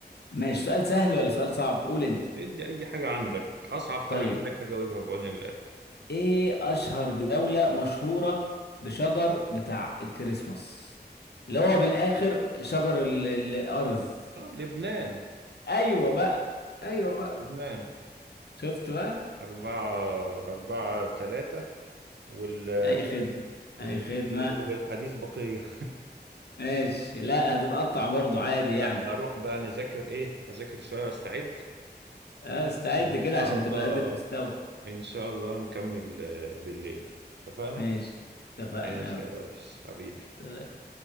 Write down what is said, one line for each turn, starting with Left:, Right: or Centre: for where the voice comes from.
Left: ماشي سؤال سهل ولا سؤال صعب قول أنت
Right: ادي أي حاجة عندك أصعب حاجة
Left: طيب
Right: عندك هجاوبها بعون الله
Left: إيه أشهر دولة مشهورة بشجر بتاع الكريسماس اللي هو من الآخر شجر ال- الأرز
Right: آه لبنان
Left: أيوة بقى أيوة بقى
Right: لبنان
Left: شفت بقى
Right: أربعة أربعة ثلاثة وال...
Left: أي خدمة
Right: و-
Left: أي خدمة
Right: و- وللحديث بقية
Left: ماشي لا هتتقطع برضو عادي
Right: <laughs>
Left: يعني
Right: لا أروح بقى أنا أذاكر إيه أذاكر شوية وأستعد
Left: آه، استعد
Right: وإن
Left: كده
Right: شاء
Left: عشان
Right: الله
Left: تبقى قد المستوى
Right: إن شاء الله نكمل آه، بالليل اتفقنا؟
Left: ماشي اتفقنا
Right: ماشي
Left: يلا
Right: يا ريس حبيبي
Left: سلام.